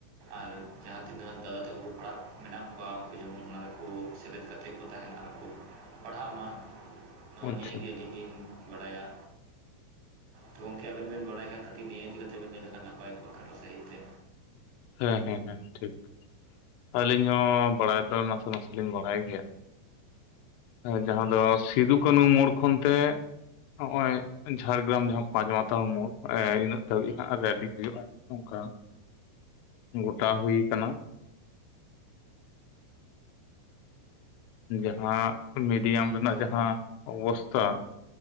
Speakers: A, on the right; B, on the left.
A: ᱟᱨ ᱡᱟᱦᱟᱸ ᱛᱤᱱᱟᱹᱜ ᱫᱟᱫᱟ ᱛᱟᱠᱚ ᱠᱚ ᱯᱟᱲᱦᱟᱜ ᱢᱮᱱᱟᱜ ᱠᱚᱣᱟ ᱩᱱᱠᱩ ᱡᱮᱢᱚᱱ ᱚᱱᱟ ᱨᱮᱠᱚ ᱥᱮᱞᱮᱫ ᱜᱟᱛᱮ ᱠᱚ ᱛᱟᱦᱮᱱᱟ ᱟᱨᱠᱚ ᱯᱟᱲᱦᱟᱜ ᱢᱟ᱾ ᱱᱚᱜᱼᱚ
B: ᱟᱪᱪᱷᱟ
A: ᱱᱤᱭᱟᱹᱟᱹᱜ
B: ᱦᱩᱸ
A: ᱜᱮ ᱟᱹᱞᱤᱧ ᱞᱤᱧ ᱵᱟᱲᱟᱭᱟ᱾ ᱛᱚ ᱜᱚᱝᱠᱮ ᱟᱵᱮᱱ ᱵᱮᱱ ᱵᱟᱲᱟᱭ ᱠᱷᱟᱱ ᱠᱟ ᱱᱤᱭᱟᱹ ᱤᱫᱤ ᱠᱟᱛᱮᱵᱮᱱ ᱞᱮᱭ ᱞᱮᱠᱷᱟᱱ ᱱᱟᱯᱟᱭ ᱠᱚᱜᱼᱟ᱾ ᱠᱷᱟᱴᱚ ᱥᱟᱺᱦᱤᱡ ᱛᱮ
B: ᱦᱮᱸ ᱦᱮᱸ ᱦᱮᱸ ᱴᱷᱤᱠ᱾ ᱟᱹᱞᱤᱧ ᱦᱚᱸ ᱵᱟᱲᱟᱭ ᱫᱚ ᱱᱟᱥᱮ ᱱᱟᱥᱮ ᱞᱤᱧ ᱵᱟᱲᱟᱭ ᱜᱮᱭᱟ᱾ ᱡᱟᱦᱟᱸ ᱫᱚ ᱥᱤᱫᱩ ᱠᱟᱹᱱᱩ ᱢᱳᱲ ᱠᱷᱚᱱ ᱛᱮ ᱱᱚᱜᱼᱚᱭ ᱡᱷᱟᱲᱜᱨᱟᱢ ᱡᱟᱦᱟᱸ ᱯᱟᱸᱪ ᱢᱟᱛᱟᱣ ᱢᱳᱲ ᱚᱱᱮ ᱤᱱᱟᱹᱜ ᱫᱷᱟᱹᱵᱤᱡ ᱦᱟᱸᱜ ᱨᱮᱞᱤ ᱦᱩᱭᱩᱜᱼᱟ᱾ ᱚᱝᱠᱟ᱾ ᱜᱚᱴᱟ ᱦᱩᱭ ᱠᱟᱱᱟ᱾ ᱡᱟᱦᱟ, ᱸ ᱢᱤᱰᱤᱭᱟᱢ ᱨᱮᱱᱟᱜ
A: ᱛᱚ
B: ᱡᱟᱦᱟᱸ ᱚᱵᱚᱥᱛᱷᱟ,